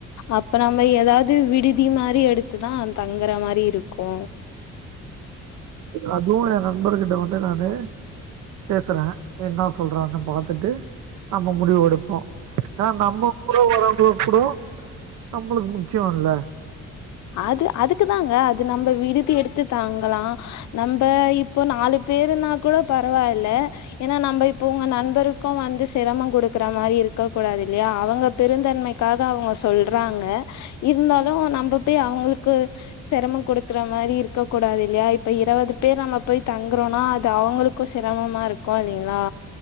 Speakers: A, on the left (about 65°); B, on the right (about 80°).
A: அப்ப நம்ம எதாவ்து விடு தி மாரி எடுத்துதா தங்குற மாரி இருக்கு
B: அதுவும் ஏற ண்பர்கிட்ட வந்து நானு பேசுற என்னா சொல்றாங்கனு பாத்துட்டு நம்ம முடிவொடுப்போ ஏனா நம்ம கூட வரவங்களு கூடோ நம்மளுக்கு முக்கியோல்ல
A: அது அதுக்குதாங்க அது நம்ப விடுதி எடுத்து தாங்கலா நம்ப இப்போ நாலு பேருனா கூட பரவால்ல ஏனா நம்ப இப்ப உங்க நண்பருக்கும் வந்து சிரமம் குடுக்கற மாரி இருக்க கூடாது இல்லையா அவங்க பெருந்தன்மைக்காக அவங்க சொல்றாங்க இருந்தாலு நம்ப பேய் அவங்களுக்கு செரமம் குடுக்கற மாரி இருக்க கூடாது இல்லையா இப்ப இருவது பேர் நம்ம போய் தங்குறோனா அது அவங்களுக்கு சிரமமா இருக்கு இல்லைங்ளா